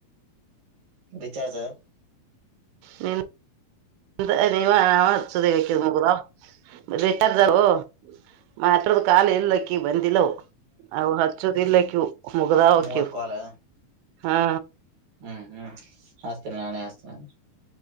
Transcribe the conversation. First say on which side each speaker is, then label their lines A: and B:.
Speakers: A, on the right; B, on the right.
A: ಬಿಚಾರಸ
B: ನೀ ನೀ ಸದ ನಗದಾ ರಿಟರ್ದಾವ ಮಾತ್ರದ ಕಾಲ ಇಲ್ಲಕ್ಕಿ ಬಂದಿಲ್ಲ ಅವು ಹಚ್ಚುದಿಲ್ಲ ಕ್ಯೂ ಮುಗ್ದಾವ
A: ಮೂವತ್
B: ಕ್ಯೂ
A: ಕಾಲ್
B: ಹಾ
A: ಹ್ಮ್ ಹ್ಮ್ ಹಾಸ್ತೀನೆ ನಾನೇ ಹಾಸ್ತೇನ ಅಂದ